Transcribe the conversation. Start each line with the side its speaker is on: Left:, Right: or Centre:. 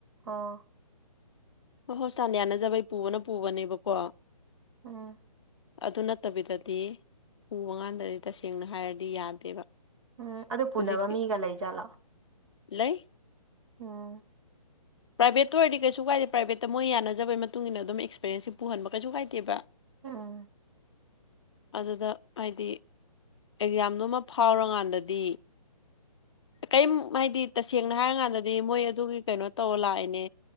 Right: ꯑꯥ
Left: ꯑ ꯍꯣ ꯁꯥꯟ ꯌꯥꯅꯖꯕꯩ ꯄꯨꯕꯅ ꯄꯨꯕꯅꯦꯕꯀꯣ
Right: ꯎꯝ
Left: ꯑꯗꯨ ꯅꯠꯇꯕꯤꯗꯗꯤ ꯎꯕꯀꯥꯟꯗꯗꯤ ꯇꯁꯦꯡꯅ ꯍꯥꯏꯔꯗꯤ ꯌꯥꯗꯦꯕ
Right: ꯎꯝ ꯑꯗꯨ ꯄꯨꯅꯕ
Left: ꯍꯧꯖꯤꯛꯀꯤ
Right: ꯃꯤꯒ ꯂꯩꯖꯠꯂꯣ
Left: ꯂꯩ
Right: ꯑꯝ
Left: ꯄ꯭ꯔꯥꯏꯚꯦꯠꯇ ꯑꯣꯏꯔꯗꯤ ꯀꯩꯁꯨ ꯀꯥꯏꯗꯦ ꯄ꯭ꯔꯥꯏꯚꯦꯠꯇ ꯃꯣꯏ ꯌꯥꯅꯖꯕꯩ ꯃꯇꯨꯡ ꯏꯟꯅ ꯑꯗꯨꯝ ꯑꯦꯛꯁꯄꯤꯔꯦꯟꯁꯁꯦ ꯄꯨꯍꯟꯕ ꯀꯩꯁꯨ ꯀꯥꯏꯗꯦꯕ
Right: ꯎꯝ
Left: ꯑꯗꯨꯗ ꯍꯥꯏꯗꯤ ꯑꯦꯛꯖꯥꯝꯗꯨꯃ ꯐꯥꯎꯔꯀꯥꯟꯗꯗꯤ ꯀꯔꯤꯝ ꯍꯥꯏꯗꯤ ꯇꯁꯦꯡꯅ ꯍꯥꯏꯔꯀꯥꯟꯗꯗꯤ ꯃꯣꯏ ꯑꯗꯨꯒꯤ ꯀꯩꯅꯣ ꯇꯧ ꯂꯥꯛꯏꯦꯅꯦ